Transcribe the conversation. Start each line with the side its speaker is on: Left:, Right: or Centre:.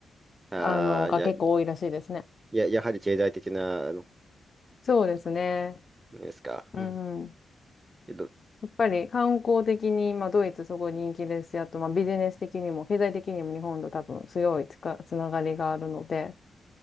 Right: ああ、
Left: あの、が結構多いらしいですね。
Right: や、や、やはり経済的な、あの、
Left: そうですね。
Right: ですか。
Left: うんうん。
Right: うん。けど、
Left: やっぱり観光的に、まあ、ドイツすごい人気ですし、あと、まあ、ビジネス的にも、経済的にも日本と多分強いつか、つながりがあるので、